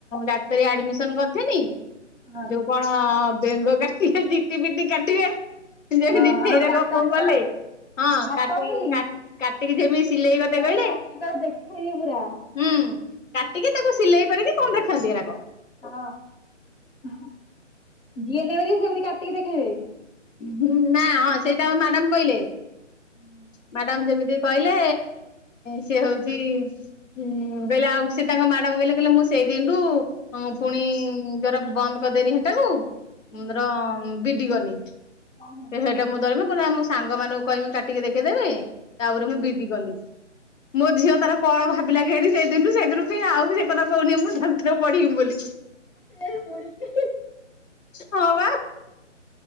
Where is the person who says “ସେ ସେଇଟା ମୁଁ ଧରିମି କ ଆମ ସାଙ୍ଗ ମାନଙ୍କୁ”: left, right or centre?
Left